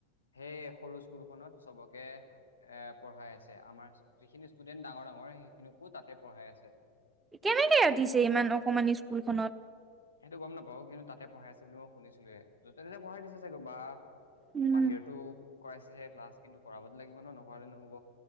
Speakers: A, on the left (about 70°); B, on the right (about 15°).
A: সেই সৰু স্কুলখনত চবকে, এ পঢ়াই আছে আমাৰ যিখিনি ষ্টুডেন্ট ডাঙৰ ডাঙৰ। সেইখিনিকো তাতে পঢ়াই আছে।
B: কেনেকে উতিছে ইমান অকমান স্কুলখনত।
A: সেইটো গম নাপাও কিন্তু তাতে পঢ়াই আছে বুলি মই শুনিছিলোে য'তে ততে পঢ়াই দিছে চাগে বা।
B: উম
A: বাহিৰতো, কৰাইছে স ক্লাছ কিন্তু কৰাবতো লাগিব ন নকৰালে নহব।